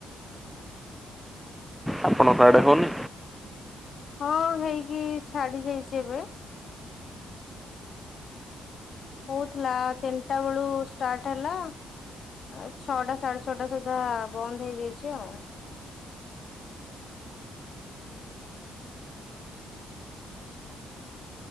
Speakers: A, in the centre; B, on the left (about 50°).
A: ଆପଣଙ୍କ ଆଡ଼େ
B: ବ
A: ହଉନି?
B: ହଁ ହେଇକି ଛାଡି ଯାଇଛି ଏବେ। ହୋଉଥିଲା ତିନିଟା ବେଳୁ ଷ୍ଟାର୍ଟ ହେଲା। ଆ ଛଅଟା ସାଢେ ଛଅଟା ସୁଦ୍ଧା ବନ୍ଦ ହେଇଯାଇଛି ଆଉ।